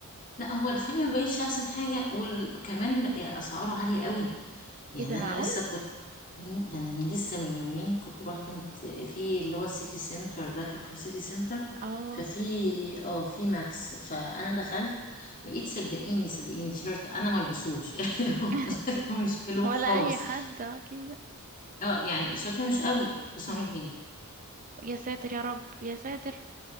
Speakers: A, on the left (about 35°); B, on the right (about 35°).
A: لا هو الخامة مبقتش احسن حاجة وكمان بقى اسعاره عالية قوي يعني
B: ايه ده معقول
A: انا لسه كنت مين- ده انا من لسه من يومين كنت رحت انت في اللي هو السيتي سنتر ده كان في السيتي سنتر
B: اه
A: ففي اه في ماكس فانا دخلت لقيت صدقيني صدقيني تيشيرت انا ملبسوش <laughs> يعني هو
B: <laughs>
A: شكله مش حلو
B: ولا
A: خالص
B: اي حد آه، كده
A: اه يعني شكله مش قوي 900
B: امم
A: جنيه
B: يا ساتر يا رب يا ساتر